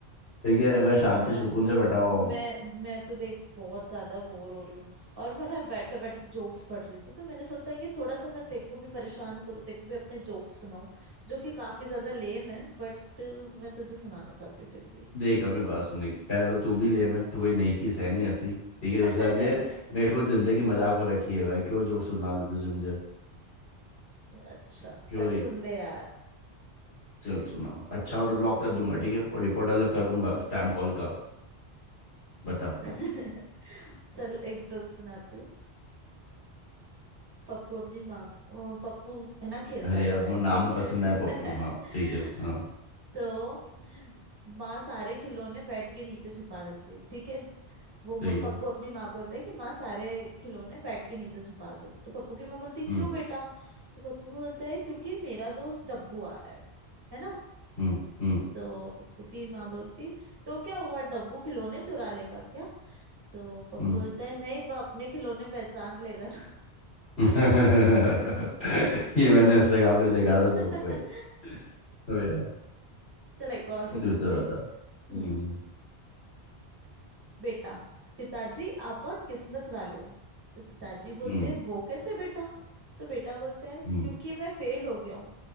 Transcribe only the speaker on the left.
ठीक
है मैं शांति
सुकून से बैठा हुआ
हूँ
देख हमें बात सुनी पहला तो तू भी लेम है तो कोई नई चीज़ है नहीं ऐसी ठीक
है दूसरी बात ये मेरे को जिंदगी मजाक हो रखी है भाई क्यों जोक सुना दे तुझे मुझे
क्यों
रही
चल सुना अच्छा हो तो ब्लॉक
कर दूंगा ठीक है और रिपोर्ट अलग कर दूंगा स्पैम कॉल का बता
अरे
अब
वो नाम
भी
पसंद आया
पप्पू हाँ ठीक है हाँ
ठीक है
हम्म
हम्म हम्म
हम्म
<laughs> ये मैंने इंस्टाग्राम पे देखा
था जोक
भाई तो यार
दूसरा बता
हम्म
हम्म
हम्म